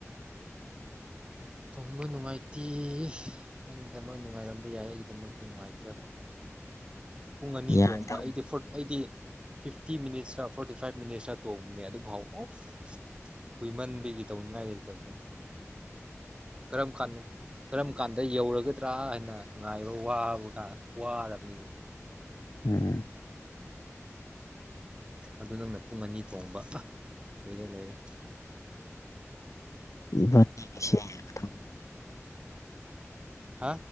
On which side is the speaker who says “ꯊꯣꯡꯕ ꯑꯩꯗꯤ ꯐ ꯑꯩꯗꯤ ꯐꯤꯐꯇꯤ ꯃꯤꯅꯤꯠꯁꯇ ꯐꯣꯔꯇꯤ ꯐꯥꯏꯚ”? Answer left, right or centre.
Right